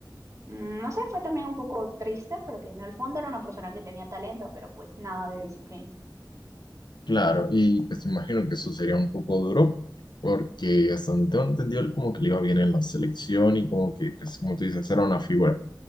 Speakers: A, on the right; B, on the left.
A: Mm, No sé, fue también un poco triste, pero que en el fondo era una persona que tenía talento, pero pues nada de disciplina.
B: Claro, y pues me imagino que eso sería un poco duro porque hasta donde tengo entendido él como que le iba bien en la selección y como que pues como tú dices era una figura.